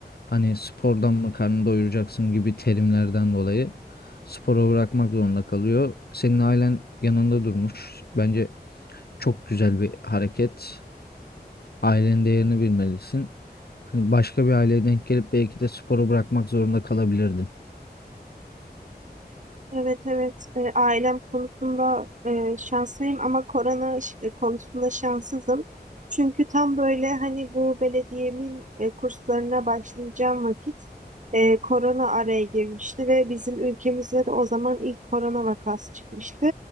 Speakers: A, on the left (about 65°); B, on the right (about 45°).
A: Hani spordan mı karnını doyuracaksın gibi terimlerden dolayı sporu bırakmak zorunda kalıyor. Senin ailen yanında durmuş. Bence çok güzel bir hareket. Ailenin değerini bilmelisin. Hani başka bir aileye denk gelip belki de sporu bırakmak zorunda kalabilirdin.
B: Evet evet E, ailem konusunda e, şanslıyım ama korona ş- e, konusunda şanssızım. Çünkü tam böyle hani bu belediyemin e, kurslarına başlayacağım vakit e, korona araya girmişti ve bizim ülkemizde de o zaman ilk korona vakası çıkmıştı.